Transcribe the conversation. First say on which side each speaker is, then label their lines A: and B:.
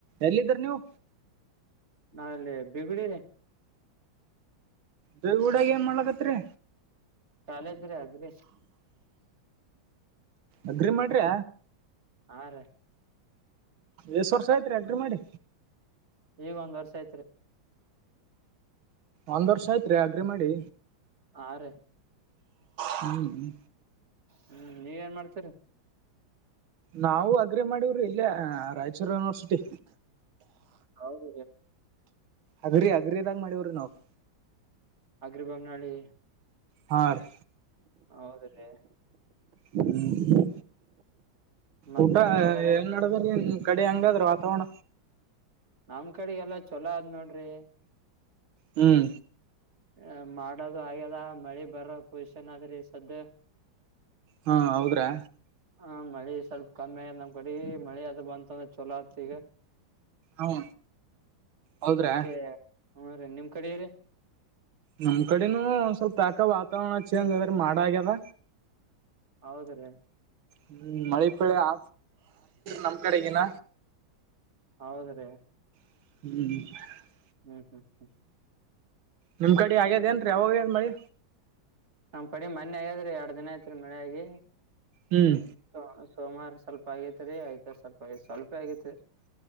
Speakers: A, on the right; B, on the right.
A: ಎಲ್ಲಿದ್ದ್ರ ನೀವು
B: ನಾವಲ್ಲಿ ಬಿಗುಡ ರ
A: ದೇಗೂಡಾಗ ಏನ್ ಮಾಡ್ಲಕತ್ರಿ
B: ಕಾಲೇಜ್ರೆ ಅದ್ರಿ
A: ಅಗ್ರಿ ಮಾಡ್ರಿ
B: ಹಾ ರೀ
A: ಎಷ್ಟ ವರ್ಷ ಆಯ್ತ್ರಿ ಅಗ್ರಿ ಮಾಡಿ
B: ಈಗ ಒಂದ್ ವರ್ಷ ಐತ್ರಿ
A: ಒಂದ್ ವರ್ಷ ಆಯ್ತ್ರಿ ಅಗ್ರಿ ಮಾಡಿ
B: ಹಾ ರ
A: ಹ್ಮ್ ಹ್ಮ್
B: ಹ್ಮ್ ನೀವ ಏನ್ ಮಾಡ್ತೀರ
A: ನಾವವು ಅಗ್ರೆ ಮಾಡಿವ್ರಿ ಇಲ್ಲೇ ರಾಯಚೂರು ಯೂನಿವರ್ಸಿಟಿ
B: ಹೌದ
A: ಅಗ್ರಿ ಅಗ್ರದಾಗ ಮಾಡವ್ರ ನಾವವು್
B: ಅಗ್ರಿಭಮ ನಳೆ
A: ಹಾ ರೀ
B: ಹೌದ್ರೀ
A: ಹ್ಮ
B: ಮತ್ತೇನ್
A: ಊಟ
B: ನಡದದ್ರಿ
A: ಏನ್ ನಡದ್ರಿನ್ ಕಡೆ ಹಂಗಾದ್ರೆ ವಾತಾವರಣ
B: ನಮ್ ಕಡೆ ಎಲ್ಲಾ ಚೊಲೋ ಆದದ್ ನೋಡ್ರಿ
A: ಹ್ಮ್
B: ಆ ಮಾಡದು ಆಗ್ಯದ ಮಳಿ ಬರ ಪಸಿಷನ್ ಅ ಆದ್ರಿ ಸ್ದ
A: ಹಾ ಹೌದ್ರಾ
B: ಹಾ ಮಳಿ ಸ್ವಲ್ಪ ಕಮ್ಮಿ ಆಗತ್ ನಮ್ ಕಡಿ ಮಳಿ ಅದ ಬಂತ ಅಂದ್ರೆ ಚೊಲೋ ಆತ್ ಈಗ
A: ಹ್ಮ ಹೌದ್ರಾ
B: ಅದಕ್ಕೆ ಹ್ಮ ರೀ ನಿಮ್ ಕಡೆ ರೀ
A: ನಮ್ ಕಡೆನೂ ಒಂದ್ ಸ್ವಲ್ಪ ಯಾಕ ವಾತಾವರಣ ಚೇಂಜ್ ಅದೆ ಮಾಡ ಆಗ್ಯದ
B: ಹೌದ್ರಿ
A: ಹ್ಮ ಮಿ ಪಡೆೆ ಆ ನಮ್ಕಡೆಗನ
B: ಹೌದ್ರೀ
A: ಹ್ಮ್
B: ಹ್ಮ್ ಹ್ಮ್ ಹ್ಮ್
A: ನಿಮ್ ಕಡೆ ಹಾಗಗ್ಯದೇಏನ್ ರೀ ಯಾವಾಗ ಏನ್ ಮಾಡಿ
B: ನಮ್ ಕಡೆ ಮನ್ೆ ಆಗ್ಯಾದ್ರಿ ಎರಡ್ ದಿನ ಐತ್ರಿ ಮಳೆ ಆಾಗಿಿ
A: ಹ್ಮ್
B: ಸ ಸೋಮವಾರ ಸ್ವಲ್ಪ ಆಗೇತೆರಿ ಐದ ಸ್ವಲ್ಪ ಆಗ ಸ್ವಲ್ಪ ಆಗೇತಿ